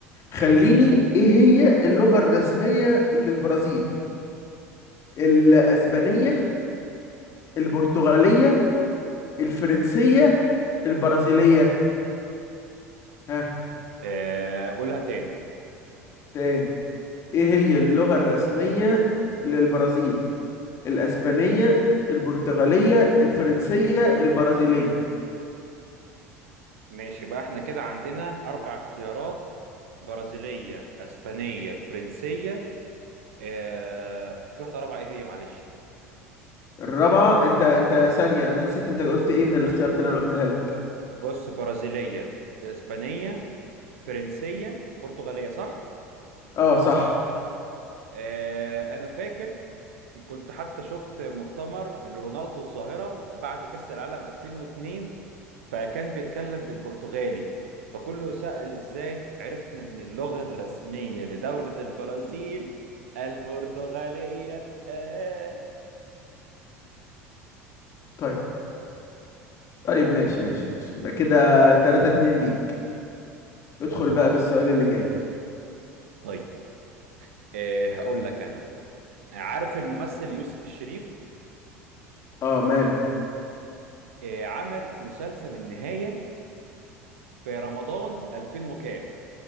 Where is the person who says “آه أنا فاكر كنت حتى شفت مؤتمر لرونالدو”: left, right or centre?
Right